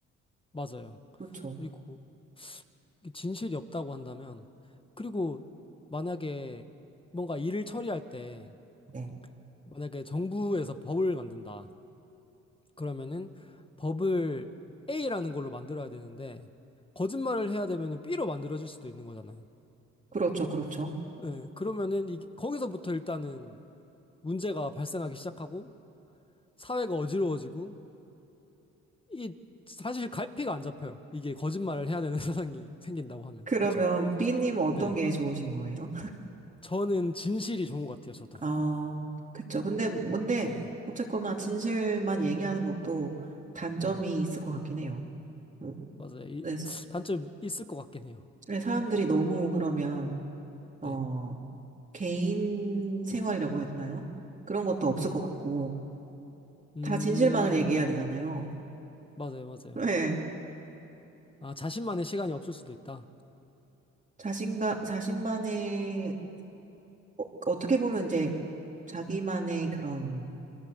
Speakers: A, on the left; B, on the right.
A: 맞아요.
B: 그렇죠.
A: 그리고 이게 진실이 없다고 한다면 그리고 만약에 뭔가 일을 처리할 때
B: 네.
A: 만약에 정부에서 법을 만든다. 그러면은 법을 A라는 걸로 만들어야 되는데 거짓말을 해야 되면은 B로 만들어질 수도 있는 거잖아요.
B: 그렇죠, 그렇죠.
A: 예, 그러면은 이게 거기서부터 일단은 문제가 발생하기 시작하고 사회가 어지러워지고 이게 사실 갈피가 안 잡혀요. 이게 거짓말을 해야 되는 <laughs> 세상이 생긴다고 하면
B: 그러면
A: 그쵸?
B: B님은 어떤
A: 네,
B: 게 좋으신 거예요?
A: 저는 진실이 좋은 것 같아요. 저도
B: 어, 그쵸. 근데 뭔데
A: 네,
B: 어쨌거나 진실만 얘기하는 것도 단점이
A: 네
B: 있을 것 같긴 해요. 뭐,
A: 맞아요. 이,
B: 네, 사-
A: 단점 있을 것 같긴 해요.
B: 네, 사람들이 너무 그러면
A: 네,
B: 어. 개인 생활이라고 해야 되나요? 그런 것도 없을
A: 음,
B: 것 같고,
A: 음
B: 다 진실만을 얘기해야 되잖아요.
A: 맞아요, 맞아요.
B: 네.
A: 아 자신만의 시간이 없을 수도 있다.
B: 자신가, 자신만의, 어, 어떻게 보면 이제 자기만의 그런